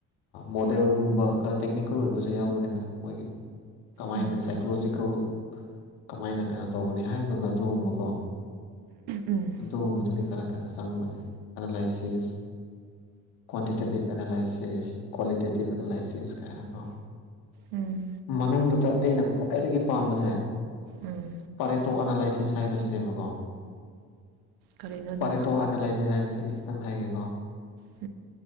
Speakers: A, on the left; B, on the right.
A: ꯃꯣꯗꯦꯜꯒꯨꯝꯕ ꯈꯔ ꯇꯦꯛꯅꯤꯀꯦꯜ ꯑꯣꯏꯕꯁꯨ ꯌꯥꯎꯕꯅꯤꯗ ꯃꯣꯏꯒꯤ ꯀꯃꯥꯏꯅ
B: ꯎꯝ
A: ꯁꯥꯏꯀꯣꯂꯣꯖꯤꯀꯦꯜ ꯀꯃꯥꯏꯅ ꯀꯩꯅꯣ ꯇꯧꯒꯅꯤ ꯍꯥꯏꯕꯒ ꯑꯗꯨꯒꯨꯝꯕꯀꯣ
B: ꯎꯝ
A: ꯑꯗꯨꯒꯨꯝꯕꯗꯨꯗꯤ ꯈꯔ ꯀꯩꯅꯣ ꯆꯪꯕꯅꯦ analysis quantitative analysis qualitative analysis ꯀꯥꯏꯅꯀꯣ
B: ꯎꯝ
A: ꯃꯅꯨꯡꯗꯨꯗ ꯑꯩꯅ ꯈ꯭ꯋꯥꯏꯗꯒꯤ ꯄꯥꯝꯕꯁꯦ
B: ꯎꯝ
A: ꯄꯥꯔꯦꯇꯣ ꯑꯅꯥꯂꯥꯏꯁꯤꯁ ꯍꯥꯏꯕꯁꯤꯅꯦꯕꯀꯣ
B: ꯀꯔꯤꯅꯣ ꯑꯗꯨꯅ
A: ꯐꯔꯦ ꯇꯣ ꯑꯅꯥꯂꯥꯏꯖꯁ ꯍꯥꯏꯃꯤꯁ ꯑꯩ ꯈꯤꯇꯪ ꯍꯥꯏꯒꯦꯀꯣ
B: ꯎꯝ ꯎꯝ ꯑꯣ ꯎꯝ ꯎꯝ ꯎꯝ ꯎꯝ ꯎꯝ ꯎꯝ ꯎꯝ ꯎꯝ ꯎꯝ ꯎꯝ